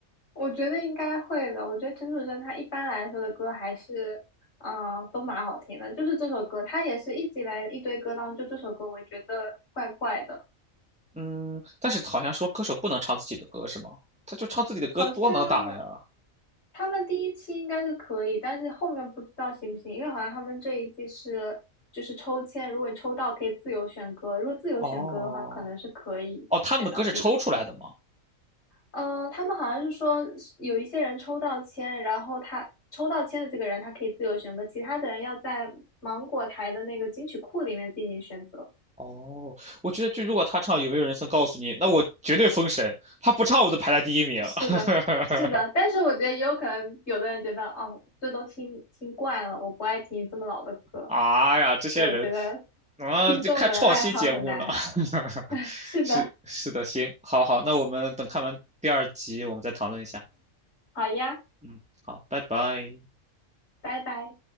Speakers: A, on the left; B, in the centre.
A: 我觉得应该会的。我觉得陈楚生他一般来说的歌还是，嗯、都蛮好听的。就是这首歌，他也是一直以来一堆歌当中，就这首歌我觉得怪怪的，
B: 嗯，但是好像说歌手不能唱自己的歌是吗？他就唱自己的歌多能打呀。
A: 好像他们第一期应该是可以，但是后面不知道行不行，因为好像他们这一季是就是抽签，如果你抽到可以自由选歌，如果自由选歌的话，
B: 哦
A: 可能是可以选到自己的歌。
B: 哦，他们的歌是抽出来的吗？
A: 嗯，他们好像是说有一些人抽到签，然后他抽到签的这个人，他可以自由选择，其他的人要在芒果台的那个金曲库里面进行选择。
B: 哦，我觉得就如果他唱《有没有人曾告诉你》，那我绝对封神。他不唱，我都排在第一名。
A: 是的，
B: <laughs>
A: <laughs> 是的，但是我觉得也有可能，有的人觉得哦，这都听听惯了，我不爱听这么老的歌，
B: 啊呀，这些人
A: 所以我觉得
B: 啊，
A: 听众的爱好很难。
B: 这看创新节目呢。<laughs>
A: <laughs> 是的，
B: 是是的，行，好好，那我们等看完第二集，我们再讨论一下。
A: 好呀，
B: 嗯，好，拜拜。
A: 拜拜。